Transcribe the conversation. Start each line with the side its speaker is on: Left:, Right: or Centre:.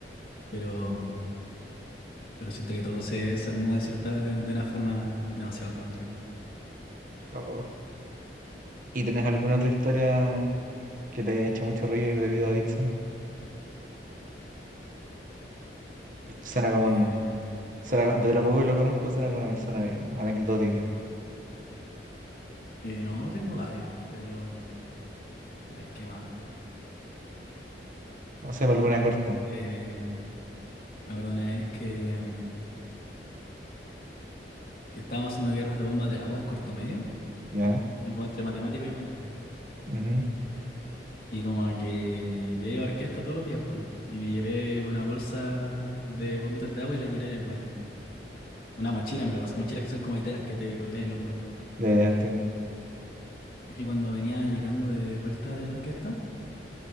Left: pero... Pero siento que todo se desarmó de cierta, de, de una forma demasiado cómica.
Right: Oh. ¿Y tenés alguna otra historia que te haya hecho mucho reír debido a Dixon? Pues Suena como
Left: Eh,
Right: un, suena, de lo poco que lo conozco, suena como una persona bien anecdótica.
Left: eh, no, tengo varias, pero a ver qué más.
Right: O sea, alguna corta,
Left: Eh, me acuerdo una vez que, que estábamos haciendo guerras de bombas de agua en cuarto medio,
Right: ¿ya?
Left: en- como entre matemático y humanista.
Right: Ujú.
Left: Y como que yo iba a orquesta todos los días, pues, y me llevé una bolsa de bombitas de agua y la llené en el baño. Una mochila, en verdad, son mochilas que son como de telas que te colgáis el hombro.
Right: Ya, ya entiendo.
Left: Y cuando venía llegando de vuelta de la orquesta,